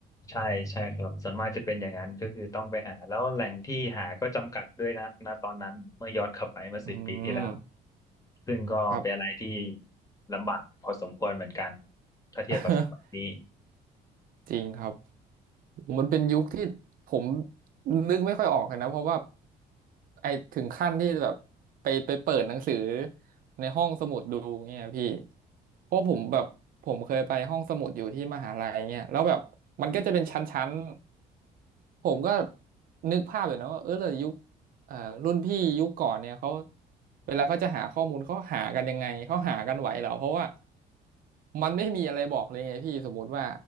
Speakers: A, on the left (about 20°); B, on the right (about 55°).
A: ใช่ใช่ครับส่วนมากจะเป็นอย่างนั้นก็คือต้องไปหาแล้วแหล่งที่หาก็จำกัดด้วยนะณตอนนั้นเมื่อย้อนกลับไปเมื่อสิบปีที่แล้ว
B: อืม
A: ซึ่งก็เป็นอะไรที่
B: ครับ
A: ลำบากพอสมควรเหมือนกันถ้าเทียบกับสมัยนี้
B: <laughs> จริงครับมันเป็นยุคที่ผมนึกไม่ค่อยออกเลยนะเพราะว่าไอถึงขั้นที่แบบไปไปเปิดหนังสือในห้องสมุดดูเงี้ยพี่เพราะผมแบบผมเคยไปห้องสมุดอยู่ที่มหาลัยเงี้ยแล้วแบบมันก็จะเป็นชั้นๆ ผมก็นึกภาพอยู่นะว่าเออแต่ยุคอ่ารุ่นพี่ยุคก่อนเนี่ยเขาเวลาเขาจะหาข้อมูลเขาหากันยังไงเขาหากันไหวเหรอเพราะว่ามันไม่มีอะไรบอกเลยไงพี่สมมุติว่า